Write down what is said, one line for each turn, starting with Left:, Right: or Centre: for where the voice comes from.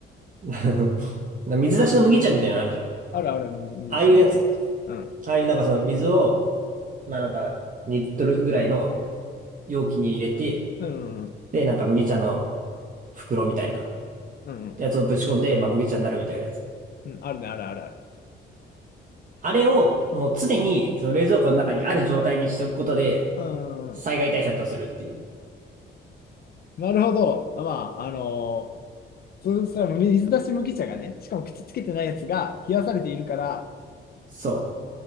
Right: <laughs> あの水出しの麦茶みたいなのあるじゃん。
Left: あるある、水水出し麦茶。
Right: ああいうやつ。
Left: うん、
Right: ああいうなんかその水を、まあなんか2リットルぐらいの容器に入れて、
Left: うん、うん、
Right: で、なんか麦茶の袋みたいな。
Left: うん、
Right: やつをぶち込んで、まあ、麦茶になるみたいなやつ。
Left: うん、あるね、あるあるある。
Right: あれを、もう常に、その冷蔵庫の中にある状態にしておくことで、
Left: う
Right: 災害対策とするっていう。
Left: ん、なるほど。まあ、あのそうしたら水出し麦茶がね、しかも口つけてないやつが冷やされているから、
Right: そう。